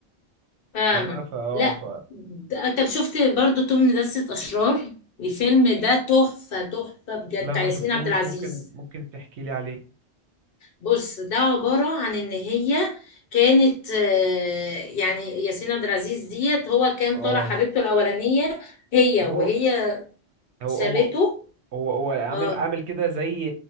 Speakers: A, on the left; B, on the right.
A: فاهمه
B: فما فا
A: لا
B: اه ف
A: ده طب شفت برضو توم لدسة اشرار الفيلم ده تحفه تحفه بجد
B: لا
A: بتاع
B: ما
A: ياسمين
B: شفتوش
A: عبد العزيز
B: ممكن ممكن تحكي لي عليه
A: بص ده عبارة عن ان هي كانت آه، يعني ياسمين عبد العزيز ديت هو كان
B: اه
A: طالع حبيبته الاولانية هي
B: طب هو
A: وهي
B: هو
A: سابته
B: هو هو هو عامل
A: اه
B: عامل كده زي